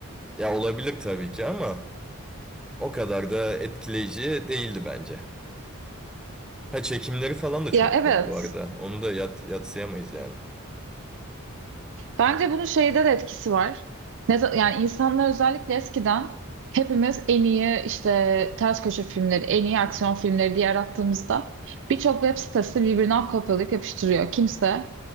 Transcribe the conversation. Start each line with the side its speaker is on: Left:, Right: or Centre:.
Centre: ya olabilir tabii ki ama o kadar da etkileyici değildi bence. Ha çekimleri falan da çok
Right: Ya evet.
Centre: güzel bu arada. Onu da yat, yatsıyamayız yani.
Right: Bence bunun şeyde de etkisi var. Ne, za- yani insanlar özellikle eskiden hepimiz en iyi işte ters köşe filmleri, en iyi aksiyon filmleri diye arattığımızda birçok web sitesi birbirinden kopyalayıp yapıştırıyor. Kimse